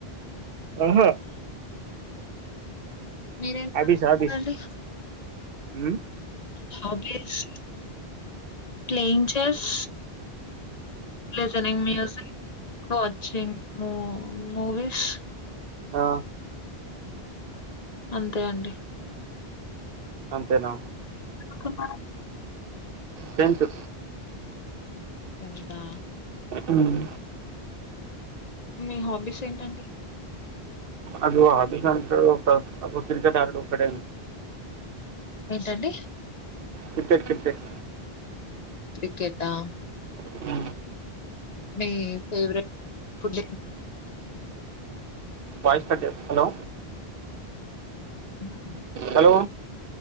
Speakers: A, on the right; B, on the left.
A: ఆహా
B: మీరేం చదువుతున్నారండి
A: ఆఫీస్ ఆఫీస్ అ
B: hobbies playing chess listening music watching movies
A: ఆ
B: అంతే అండి
A: అంతేనా
B: ఆ
A: టెంతు
B: టెన్త్ ఆ
A: ఉమ్
B: మీ హాబీస్ ఏంటండి
A: అద అది అ అ క్రరిికట్ ఆడు కడ
B: చడి
A: క్రికెట్ క్రికెట్
B: క్రికెట్ా
A: హ
B: మీ ఫేవరెట్ ఫడ్
A: వయిస్ హలో
B: అ
A: హలో